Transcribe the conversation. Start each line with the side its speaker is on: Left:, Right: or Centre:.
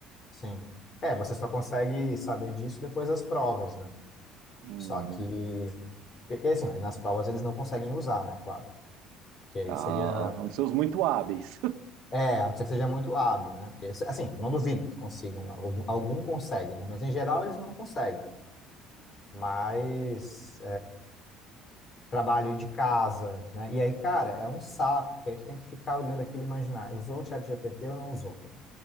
Left: sim. É, você só consegue saber disso depois das provas, né?
Right: Hum,
Left: Só que, e, assim, aí nas provas eles não conseguem usar, né? Claro. Porque aí
Right: ah,
Left: seria.
Right: são muito hábeis.
Left: É, a não ser que seja muito hábil, né? Porque, assim, não duvido que consigam. Algum algum consegue, né? Mas em geral eles não conseguem. Mas. trabalho de casa, né? E aí, cara, é um saco, porque aí tu tem que ficar olhando aquilo e imaginar, usou o chat GPT ou não usou,